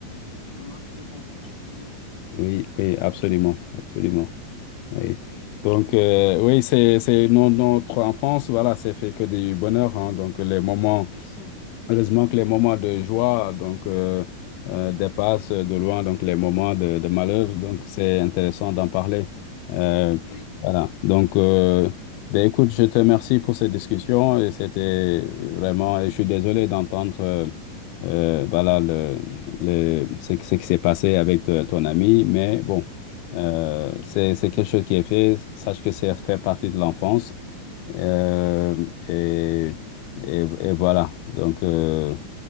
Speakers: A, on the left; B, on the left.
A: c'est vraiment très bon comme souvenir.
B: Oui, oui, absolument, absolument. Oui. Donc, euh, oui, c'est, c'est non, notre enfance, voilà, c'est fait que du bonheur, hein. donc les moments.
A: Bien sûr.
B: Heureusement que les moments de joie donc, euh, euh, dépassent de loin donc, les moments de, de malheur. Donc, c'est intéressant d'en parler. Euh,
A: Oui,
B: voilà. Donc, euh, ben, écoute, je te remercie pour cette discussion. Et c'était vraiment. et je suis désolé d'entendre euh, euh, voilà, le, le- ce, ce qui s'est passé avec te- ton ami. Mais bon, euh, c'est c'est quelque chose qui est fait. Sache que ça fait partie de l'enfance. Euh, et, et- et voilà, donc euh,